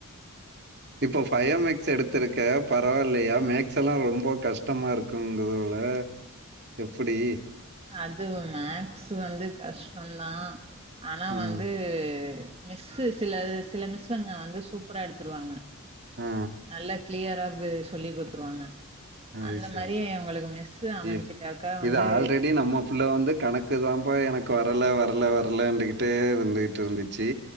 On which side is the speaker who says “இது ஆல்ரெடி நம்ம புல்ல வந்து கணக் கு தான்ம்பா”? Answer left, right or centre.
Right